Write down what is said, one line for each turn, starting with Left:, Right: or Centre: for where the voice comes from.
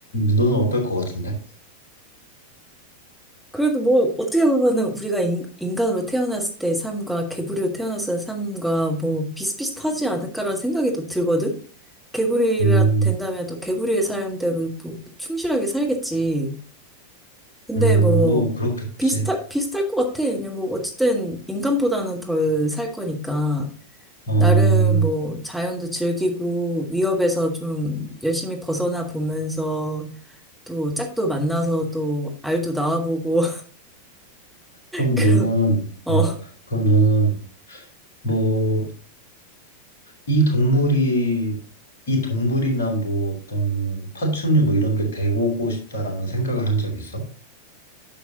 Left: 너는 어떨 것 같은데?
Centre: 그래도 뭐, 어떻게 보면은 우리가 인, 인간으로 태어났을 때의 삶과 개구리로 태어났을 때 삶과 뭐, 비슷비슷하지 않을까라는 생각이 또 들거든? 개구리가
Left: 음,
Centre: 된다면 또 개구리의 삶대로 뭐, 충실하게 살겠지. 근데
Left: 음,
Centre: 뭐,
Left: 뭐, 그렇겠지.
Centre: 비슷할, 비슷할 것 같아. 그냥 뭐, 어쨌든 인간보다는 덜 살 거니까.
Left: 어,
Centre: 나름 뭐, 자연도 즐기고, 위협에서 좀 열심히 벗어나 보면서, 또 짝도 만나서 또 알도 낳아보고
Left: 그럼
Centre: 그,
Left: 너는,
Centre: 어,
Left: 어, 그럼 너는, 뭐, 이 동물이 이 동물이나 뭐 어떤 파충류 뭐 이런 게 되고 싶다라는 생각을 한 적 있어?